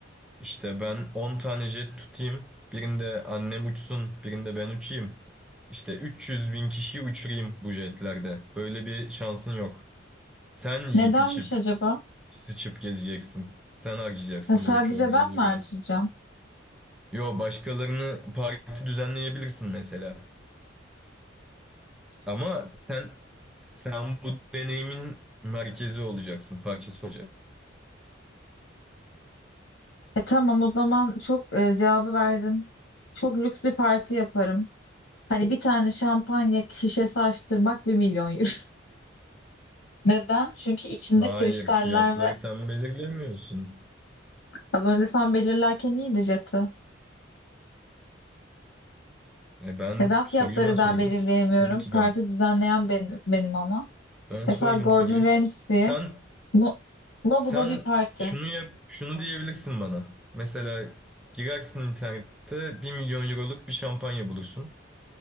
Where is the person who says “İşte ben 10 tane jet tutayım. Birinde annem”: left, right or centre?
Centre